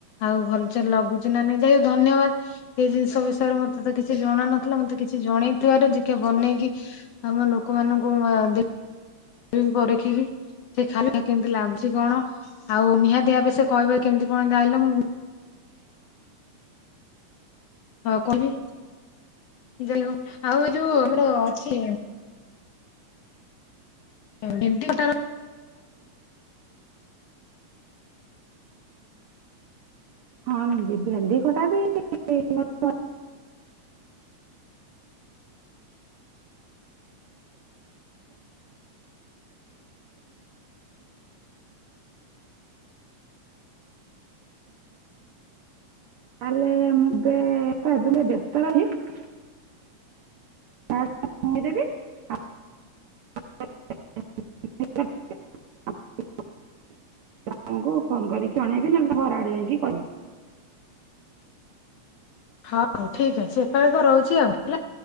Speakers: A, on the left; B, on the right.
A: ଆଉ ଭଲସେ ଲଗୁଚି ନା ନାଇଁ ଯାଇ ଧନ୍ୟବାଦ। ସେଇ ଜିନିଷ ବିଷୟରେ ମତେ ତ କିଛି ଜଣା ନଥିଲା ମତେ କିଛି ଜଣେଇଥିବାର ଯିକେ ବନେଇକି ଆମ ଲୋକମାନଙ୍କୁ ଆ ଦେ <unintelligible> ପରଖିକି। ସେ ଖା କେମିତି ଲାଗୁଚି କଣ ଆଉ ନିହାତି ଭାବେ ସେ କହିବେ କେମିତି କଣ ଯାଇଁଲ ମୁଁ ହଁ କହିବି। ଯାଇ ହଉ ଆଉ ଯୋଉ ଆମର ଅଛି <inaudible>
B: ହଁ ଦିଦି ଭେଣ୍ଡି ଖଟା ବି। <unintelligible> ତାହଲେ ମୁଁ ଏବେ ତ ଏବେ <unintelligible> ବ୍ୟସ୍ତ ରହିବି। <inaudible> <inaudible> ମା ଙ୍କୁ ଫୋନ କରିକି ଜଣେଇବି ନହେଲେ ତ ଘର ଆଡେ ଯାଇକି କହିବି।
A: ହଉ ହଉ ଠିକ ଅଛି ହେତେବେଳେ ତ ରହୁଚି ଆଉ ହେଲା।